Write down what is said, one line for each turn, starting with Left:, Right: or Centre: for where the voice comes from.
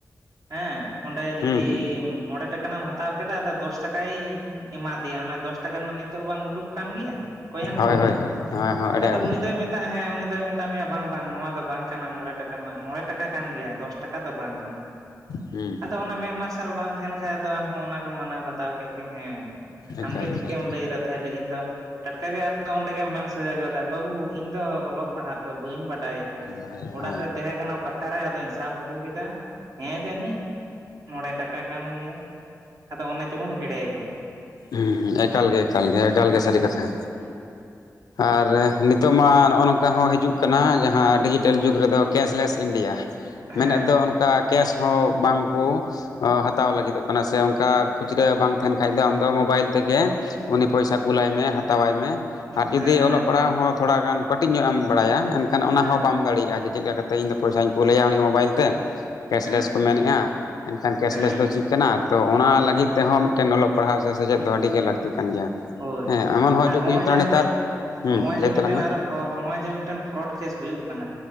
Right: ᱦᱮᱸ ᱚᱸᱰᱮ ᱡᱩᱫᱤᱼᱼ
Left: ᱦᱩᱸ ᱦᱩᱸ
Right: ᱢᱚᱬᱮ ᱴᱟᱠᱟ ᱨᱮᱱᱟᱜ ᱮᱢ ᱦᱟᱛᱟᱣ ᱠᱮᱫᱟ ᱟᱫᱚ ᱫᱚᱥ ᱴᱟᱠᱟᱭ ᱮᱢᱟ ᱫᱮᱭᱟ ᱚᱱᱟ ᱫᱚᱥ ᱴᱟᱠᱟ ᱨᱮᱱᱟᱜ ᱱᱤᱛᱼᱼ ᱛᱚ ᱵᱟᱝ ᱩᱰᱩᱠ ᱠᱟᱱ ᱜᱮᱭᱟ ᱠᱚᱭᱮᱱ
Left: ᱦᱳᱭ
Right: ᱠᱚ
Left: ᱦᱳᱭ ᱦᱳᱭ ᱦᱳᱭ ᱦᱳᱭ ᱮᱲᱮ
Right: ᱟᱫᱚ
Left: ᱮᱲᱮ
Right: ᱩᱱᱤ ᱫᱚᱭ ᱢᱮᱼᱼ ᱟᱜ ᱦᱮᱸ ᱩᱱᱤ ᱫᱚᱭ ᱢᱮᱛᱟᱜ ᱢᱮᱭᱟ ᱵᱟᱝ ᱵᱟᱝ ᱱᱚᱣᱟ ᱫᱚ ᱵᱟᱝ ᱠᱟᱱᱟ ᱢᱚᱬᱮ ᱴᱟᱠᱟ ᱢᱚᱬᱮ ᱴᱟᱠᱟ ᱠᱟᱱ ᱜᱮᱭᱟ ᱫᱚᱥ ᱴᱟᱠᱟ ᱫᱚ ᱵᱟᱝ ᱠᱟᱱᱟ᱾
Left: ᱦᱮᱸ᱾
Right: ᱟᱫᱚ ᱚᱱᱟ ᱢᱮᱫ ᱢᱟᱨᱥᱟᱞ ᱵᱟᱝ ᱛᱟᱦᱮᱱ ᱠᱷᱟᱡ ᱟᱫᱚ ᱟᱢ ᱦᱚᱸ ᱚᱱᱟᱜᱮ ᱢᱟᱱᱟᱣ ᱵᱟᱛᱟᱣ ᱠᱮᱫ ᱜᱮ ᱦᱮᱸ
Left: ᱮᱠᱟᱞ
Right: ᱟᱢᱜᱮ ᱴᱷᱤᱠᱮᱢ
Left: ᱮᱠᱟᱞ
Right: ᱞᱟᱹᱭ ᱫᱟ᱾ ᱛᱟᱦᱚᱞᱮ ᱤᱧ ᱫᱚ ᱴᱟᱴᱠᱟ ᱜᱮ ᱟᱫᱚ ᱚᱸᱰᱮ ᱜᱮᱢ ᱢᱮᱱ ᱥᱚᱡᱟ ᱜᱚᱫᱟ ᱵᱟᱹᱵᱩ ᱤᱧ ᱫᱚ ᱚᱞᱚᱜ ᱯᱟᱲᱦᱟᱜ ᱫᱚ ᱵᱟᱹᱧ ᱵᱟᱰᱼᱼ ᱰᱟᱭᱟ
Left: ᱵᱟᱲᱟᱭᱟ
Right: ᱚᱲᱟᱜ
Left: ᱦᱳᱭ
Right: ᱨᱮ ᱛᱟᱦᱮᱸ ᱠᱟᱱᱟ ᱯᱟᱠᱷᱟᱨ ᱨᱮ ᱟᱫᱚᱧ ᱥᱟᱵ ᱟᱹᱜᱩ ᱠᱮᱫᱟ᱾ ᱦᱮᱸ ᱡᱟᱹᱱᱤᱡ ᱢᱚᱬᱮ ᱴᱟᱠᱟ ᱠᱟᱱ ᱜᱮᱭᱟ ᱟᱫᱚ ᱚᱱᱮ ᱡᱮᱵᱚᱱ ᱮᱲᱮ ᱜᱚᱫ ᱱᱟ᱾
Left: ᱦᱮᱸ ᱮᱠᱟᱞ ᱜᱮ ᱮᱠᱟᱞ ᱜᱮ ᱮᱠᱟᱞ ᱜᱮ ᱥᱟᱹᱨᱤ ᱠᱟᱛᱷᱟ᱾
Right: <inaudible>
Left: ᱟᱨ ᱱᱤᱛᱚᱜ ᱢᱟ ᱱᱚᱜᱼᱚ ᱱᱚᱝᱠᱟ ᱦᱚᱸ ᱦᱤᱡᱩᱜ ᱠᱟᱱᱟ ᱡᱟᱦᱟᱸ ᱰᱤᱡᱤᱴᱮᱞ ᱡᱩᱜᱽ ᱨᱮᱫᱚ ᱠᱮᱥᱞᱮᱥ ᱤᱱᱰᱤᱭᱟ᱾ ᱢᱮᱱᱮᱫ
Right: ᱦᱮᱸ
Left: ᱫᱚ ᱚᱱᱠᱟ ᱠᱮᱥ ᱦᱚᱸ ᱵᱟᱝᱠᱚ ᱦᱟᱛᱟᱣ ᱞᱟᱹᱜᱤᱫᱚᱜᱼᱼ ᱠᱟᱱᱟ ᱥᱮ ᱚᱱᱠᱟ ᱠᱷᱩᱪᱨᱟᱹ ᱵᱟᱝ ᱛᱟᱦᱮᱱ ᱠᱷᱟᱡ ᱫᱚ ᱟᱢᱫᱚ ᱢᱳᱵᱟᱭᱤᱞ ᱛᱮᱜᱮᱼᱼ ᱩᱱᱤ ᱯᱚᱭᱥᱟ ᱠᱩᱞᱟᱭ
Right: ᱦᱮᱸ
Left: ᱢᱮ ᱦᱟᱛᱟᱣᱟᱭ ᱢᱮ ᱟᱨ ᱡᱩᱫᱤ
Right: ᱦᱮᱸ ᱦᱮᱸ
Left: ᱚᱞᱚᱜ ᱯᱟᱲᱦᱟᱜ ᱦᱚᱸ ᱛᱷᱚᱲᱟ ᱜᱟᱱᱼᱼ ᱠᱟᱹᱴᱤᱡ ᱧᱚᱜ ᱮᱢ ᱵᱟᱲᱟᱭᱟ ᱮᱱᱠᱷᱟᱱ ᱚᱱᱟ
Right: ᱦᱮᱸ
Left: ᱦᱚᱸ ᱵᱟᱢ ᱫᱟᱲᱮᱭᱟᱜᱼᱟ ᱡᱮ ᱪᱮᱫ ᱠᱟ ᱠᱟᱛᱮ ᱤᱧᱫᱚ ᱯᱚᱭᱥᱟᱧ ᱠᱩᱞᱮᱭᱟ ᱩᱱᱤ ᱢᱳᱵᱟᱭᱤᱞ ᱛᱮᱼᱼ ᱠᱮᱥᱞᱮᱥ
Right: ᱦᱮᱸ
Left: ᱠᱚ ᱢᱮᱱᱮᱫᱼᱟ, ᱮᱱᱠᱷᱟᱱ ᱠᱮᱥᱞᱮᱥ
Right: ᱦᱮᱸ
Left: ᱫᱚ ᱪᱮᱫ ᱠᱟᱱᱟ? ᱛᱚ ᱚᱱᱟ ᱞᱟᱹᱜᱤᱫ ᱛᱮᱦᱚᱸ ᱢᱤᱫᱴᱮᱱ ᱚᱞᱚᱜᱼᱼ ᱯᱟᱲᱦᱟᱣ ᱥᱮ ᱥᱮᱪᱮᱫ ᱫᱚ ᱟᱹᱰᱤ ᱜᱮ ᱞᱟᱹᱠᱛᱤ ᱠᱟᱱ ᱜᱮᱭᱟ᱾
Right: ᱦᱳᱭ
Left: ᱦᱮᱸ ᱮᱢᱚᱱ ᱦᱚᱸ
Right: ᱟᱨ
Left: ᱡᱩᱜᱽ
Right: ᱦᱚᱸᱜᱼᱚᱭ
Left: ᱦᱩᱭᱩᱜ ᱠᱟᱱᱟ
Right: ᱡᱮ ᱟᱨ
Left: ᱱᱮᱛᱟᱨ
Right: ᱢᱤᱫ
Left: ᱦᱩᱸ
Right: ᱦᱚᱸᱜᱼᱚᱭ ᱡᱮ
Left: ᱞᱟᱹᱭ ᱛᱟᱞᱟᱝ
Right: ᱢᱤᱫᱴᱮᱱ
Left: ᱢᱮ
Right: ᱟᱨᱚᱼᱼ ᱦᱚᱸᱜᱼᱚᱭ ᱡᱮ ᱢᱤᱫᱴᱮᱱ ᱯᱷᱨᱚᱰ ᱠᱮᱥ ᱦᱩᱭᱩᱜ ᱠᱟᱱᱟ